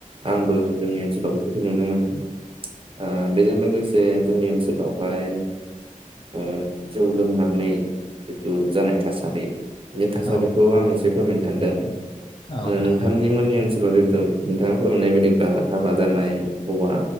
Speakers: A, on the right; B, on the left.
A: आंबो जोंनि ओनसोलाव बेफोरखौ नुनो मोनो। ओ बेजों लोगोसे जोंनि ओनसोलावहाय ओ जौ लोंनानै जिथु जानाय थासारि बे थासारिखौ
B: औ
A: आं एसे फोरमायनो सानदों।
B: औ
A: ओ
B: नोंथां
A: नोंथांनिमोननि
B: दे
A: ओनसोलाव जे थु नोंथाङा फोरमायनाय बायदिब्ला हाबा जानाय हौवा